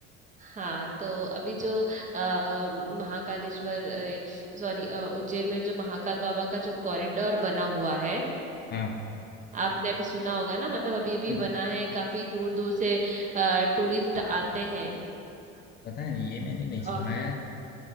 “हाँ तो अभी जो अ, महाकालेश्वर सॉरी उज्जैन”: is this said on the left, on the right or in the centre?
Right